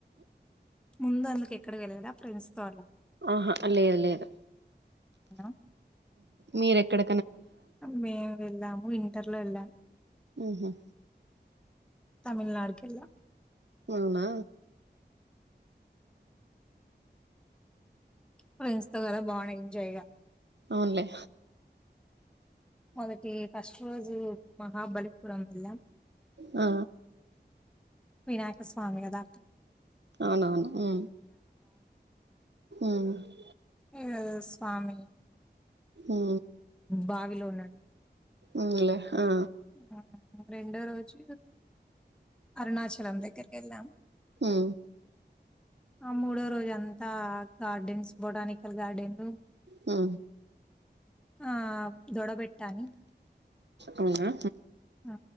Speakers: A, in the centre; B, on the right.
A: ముందు అందుకు ఎక్కడికి వెళ్ళదా ప్రెంస్తో అళ్ళ
B: ఆహా లేదు లేదు
A: అవునా?
B: మీరెక్కడ
A: మేము వెళ్ళాము ఇంటర్ లో వెళ్ళాము
B: ఆఓహా
A: తమిళనాడుకిళ్లా
B: అవునా
A: ఫ్రెండ్స్ తో కద బాగున్నాయి ఎంజాయగా
B: అవునులే
A: మొదటి ఫస్ట్ రోజు మహాబలిపురం వెల
B: ఆ
A: వినాయకస్వామిగా దాకాలు
B: అవునవును ఉ ఉ
A: ఏ స్వామి
B: ఉ
A: బావిలో ఉన్నాడు
B: అలే ఆ
A: ఆహ్, రెండో రోజు అరుణాచలం దగ్గరకి వెళ్ళాం
B: ఉ
A: ఆ ముడే రోజంద అంతా గార్డెన్స్ బొటానికల్ గార్డెన్
B: ఆ
A: ఆ దొడబెట్టాని
B: అవునా
A: ఆ